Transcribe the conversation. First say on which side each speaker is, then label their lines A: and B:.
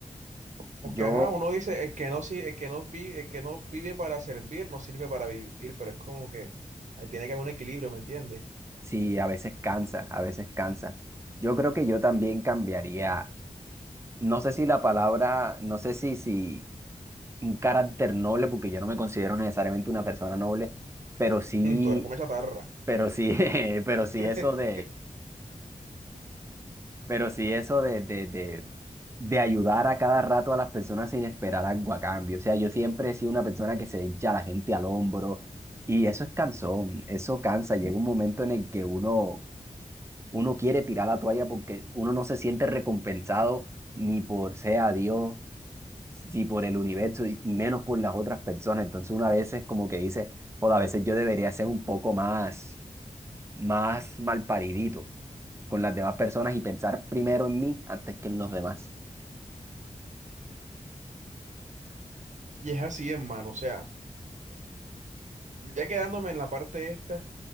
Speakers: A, on the right; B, on the right.
A: Porque
B: yo
A: ajá, uno dice, el que no, si- el que no vive, el que no vive para servir, no sirve para vivir, pero es como que ahí tiene que haber un equilibrio, ¿me entiendes?
B: sí, a veces cansa, a veces cansa. Yo creo que yo también cambiaría, no sé si la palabra, no sé si, si un carácter noble, porque yo no me considero necesariamente una persona noble, pero sí,
A: Mm, Tú eres una chatarra.
B: pero sí, <laughs> pero sí
A: <laughs>
B: eso de, pero sí eso de, de, de, de ayudar a cada rato a las personas sin esperar algo a cambio. O sea, yo siempre he sido una persona que se echa a la gente al hombro y eso es cansón, eso cansa, llega un momento en el que uno uno quiere tirar la toalla porque uno no se siente recompensado ni por sea Dios, ni por el universo y, y menos por las otras personas. Entonces uno a veces como que dice, o a veces yo debería ser un poco más, más malparidito con las demás personas y pensar primero en mí antes que en los demás.
A: Y es así, hermano, o sea, ya quedándome en la parte esta.